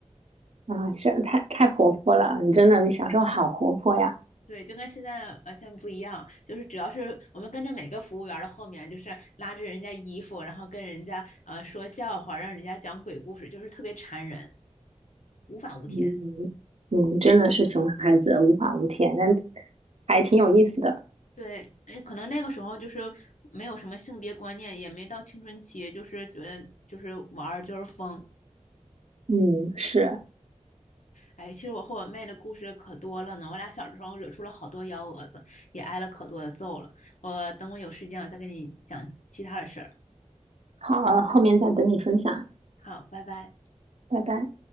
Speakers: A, on the right (about 60°); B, on the left (about 85°).
A: 啊，像太太活泼了，你真的，你小时候好活泼呀，
B: <laughs> 对，就跟现在完全不一样，就是只要是我们跟着每个服务员的后面，就是拉着人家衣服，然后跟人家呃说笑话，让人家讲鬼故事，就是特别缠人，无法无天。
A: 嗯嗯，真的是熊孩子，无法无天，但还挺有意思的，
B: 对，哎，可能那个时候就是没有什么性别观念，也没到青春期，就是觉得就是玩儿就是疯。
A: 嗯，是，
B: 哎，其实我和我妹的故事可多了呢，我俩小的时候惹出了好多幺蛾子，也挨了可多的揍了。我等我有时间，我再跟你讲其他的事儿。
A: 好，后面再等你分享，
B: 好，拜拜。
A: 拜拜。